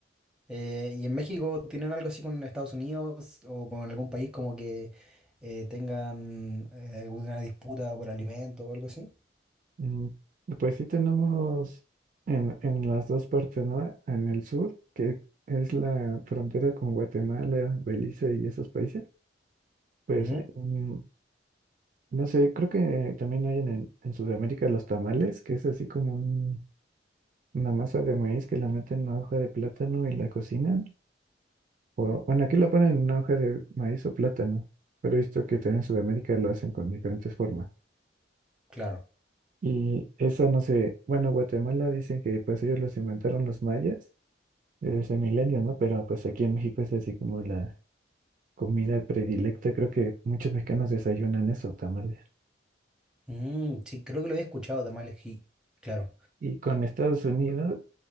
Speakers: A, in the centre; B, on the right.
A: Eh, ¿y en México tienen algo así con Estados Unidos o con algún país como que eh, tengan eh, alguna disputa por alimento o algo así?
B: Mm, Pues sí tenemos en, en las dos partes, ¿no? En el sur, que es la frontera con Guatemala, Belice y esos países, pues
A: Ujú,
B: hay un- no sé, creo que también hay en, el- en Sudamérica los tamales, que es así como un- una masa de maíz que la meten en una hoja de plátano y la cocinan. O, bueno, aquí la ponen en una hoja de maíz o plátano, pero he visto que también en Sudamérica lo hacen con diferentes formas.
A: Claro.
B: Y eso no sé, bueno, Guatemala dicen que pues ellos los inventaron los mayas eres de milenios, ¿no? Pero pues aquí en México es así como la comida predilecta. Creo que muchos mexicanos desayunan eso, tamales.
A: Mm, sí, creo que lo había escuchado, tamales, sí, claro.
B: Y con Estados Unidos